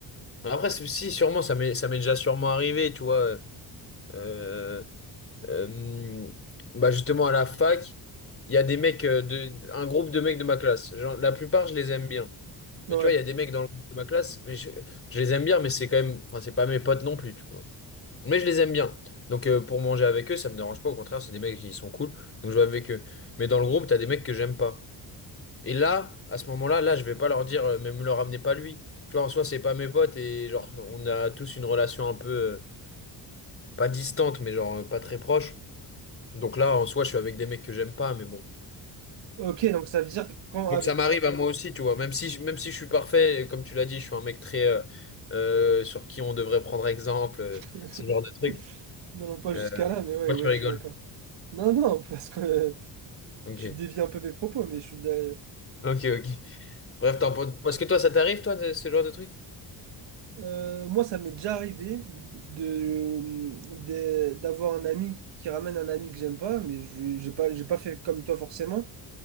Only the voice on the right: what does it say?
Ouais.
Ok, donc ça veut dire quand
avec...
<laughs>
Non, non, pas
jusqu'à là, mais ouais,
ouais,
je suis d'accord. Non, non, parce que...
Tu dévies un peu mes propos, mais je suis. d'a-
Euh, moi, ça m'est déjà arrivé de, de- d'avoir un ami qui ramène un ami que j'aime pas, mais je j'ai pas, j'ai pas fait comme toi forcément,